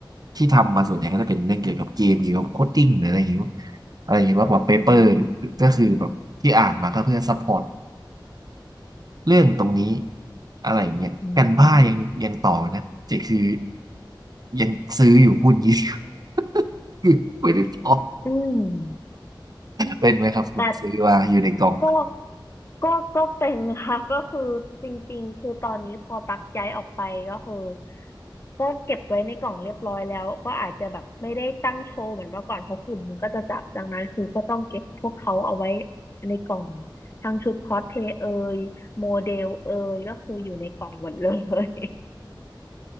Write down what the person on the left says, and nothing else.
อืม
อืม
อืม
แต่ก็ก็ก็เป็นค่ะ <laughs> ก็คือจริงๆคือตอนนี้พอตักย้ายออกไปก็คือก็เก็บไว้ในกล่องเรียบร้อยแล้วก็อาจจะแบบไม่ได้ตั้งโชว์เหมือนเมื่อก่อนเพราะฝุ่นมันก็จะจับดังนั้นคือก็ต้องเก็บพวกเขาเอาไว้ในกล่องทั้งชุดคอสเพลย์เอยโมเดลเอยก็คืออยู่ในกล่องหมดเลย